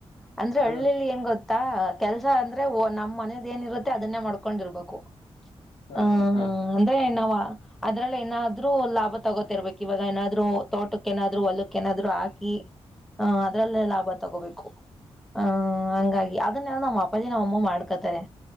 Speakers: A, in the centre; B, on the left.
A: ಅಂದ್ರೆ ಹಳ್ಳಿಯಲ್ಲಿ
B: ಹಾ
A: ಏನ್ ಗೊತ್ತ್ ತ್ತ ಕೆಲಸ ಅಂದ್ರೆ ನಮ್ಮ್ ಮನೆದ್ ಏನಿರುತ್ತೆ ಅದನ್ನೇ ಮಾಡ್ಕೊಂಡಿರ್ಬೇಕು.
B: ಹಾ
A: ಹ
B: ಹಾ ಹಾ
A: ಹ
B: ಹಾ
A: ಅಂದ್ರೆ ನಾವ್ ಅದ್ರಲ್ಲಿ ಏನಾದ್ರು ಲಾಭ ತಗೋತಿರ್ಬೇಕ್ ಇವಾಗ ಏನಾದ್ರು ತೋಟಕ್ಕ್ ಏನಾದ್ರು ಹೊಲಕ್ಕ ಏನಾದ್ರು ಹಾಕಿ. ಹಾ ಅದ್ರಲ್ಲೇ ಲಾಭ ತಗೋಬೇಕು. ಹಹ ಹಂಗಾಗಿ ಅದನ್ನೆಲ್ಲ ನಮ್ಮ ಅಪ್ಪಾಜಿ ನಮ್ಮ ಅಮ್ಮ ಮಾಡ್ಕೊತಾರೆ